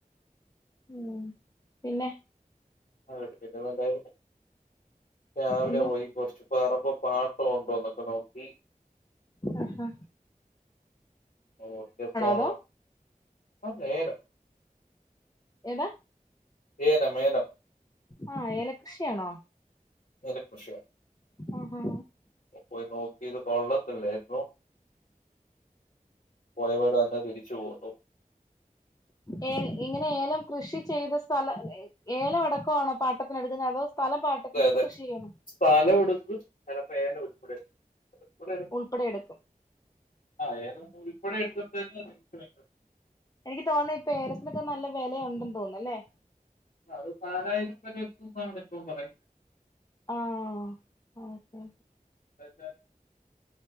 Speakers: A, on the left (about 25°); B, on the left (about 60°).
A: ഉം പിന്നെ.
B: ആ കേട്ട് പിന്നെപ്പന്തായാലും രാവിലെ
A: ഇന്ന്
B: പോയി കുറച്ച്. പറമ്പ് പാട്ട ഒണ്ടോന്നക്ക നോക്കി.
A: ആഹാ.
B: ഓക്കപ്പോ.
A: അതോ
B: അത് നേരാ.
A: ഏതാ
B: ഏലം ഏലം
A: ആ ഏലകൃഷിയാണോ?
B: ഏലകൃഷിയാ.
A: ആഹാ.
B: ഇപ്പ പോയി നോക്കിയത് കൊള്ളത്തില്ലട്ടൊ. പോയവരെല്ലാം തിരിച്ച് പോന്നു.
A: ഏ ഇങ്ങനെ ഏലം കൃഷി ചെയ്ത സ്ഥലം ഏലം അടക്കം ആണോ പാട്ടത്തിനെടുക്കുന്നത്? അതോ സ് സ്ഥലം പാട്ടത്തിനെടുത്ത്
B: അതെ അതെ
A: കൃഷി ചെയ്യാണോ?
B: സ്ഥലം എടുത്ത്. ഞങ്ങപ്പ ഏലം ഉൾപ്പെടെ എടുത്ത്.
A: ഉൾപ്പെടെ എടുക്കും.
B: ആഹ് ഏലം ഉൾപ്പെടെ എടുത്തപ്പത്തേക്കു <unintelligible>
A: എനിക്ക് തോന്നി ഇപ്പ ഏലത്തിനെക്കെ നല്ല വെലയൊണ്ടെന്ന് തോന്നന്നല്ലേ.
B: അത് നാലായിരം വരെ എത്തിന്നാണ് ഇപ്പം പറയുന്നേ.
A: ആഹ് ഓക്കെ.
B: <unintelligible>